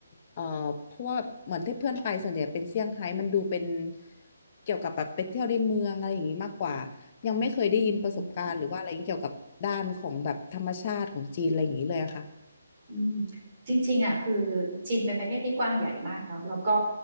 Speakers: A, on the left (about 30°); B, on the right (about 25°).
A: เอ่อเพราะว่าเหมือนที่เพื่อนไปส่วนใหญ่เป็นเซี่ยงไฮ้มันดูเป็นเกี่ยวกับแบบไปเที่ยวในเมืองอะไรอย่างนี้มากกว่ายังไม่เคยได้ยินประสบการณ์หรือว่าอะไรเกี่ยวกับด้านของแบบธรรมชาติของจีนอะไรอย่างนี้เลยอะค่ะ
B: อืม อืมจริงๆอ่ะคือจีนเป็นประเทศที่กว้างใหญ่มากเนาะแล้วก็